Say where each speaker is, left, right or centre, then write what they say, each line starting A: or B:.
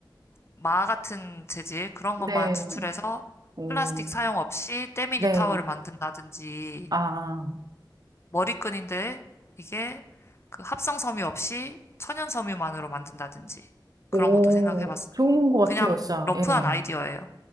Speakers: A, on the left; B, on the right.
A: 마 같은 재질 그런
B: 네,
A: 것만 추출해서
B: 오,
A: 플라스틱 사용 없이 때밀이
B: 네,
A: 타월을 만든다든지
B: 아,
A: 머리끈인데 이게 그 합성 섬유 없이 천연 섬유만으로 만든다든지 그런
B: 오,
A: 것도 생각해 봤어요.
B: 좋은 것
A: 그냥
B: 같아요, 진짜.
A: 러프한
B: 예,
A: 아이디어예요.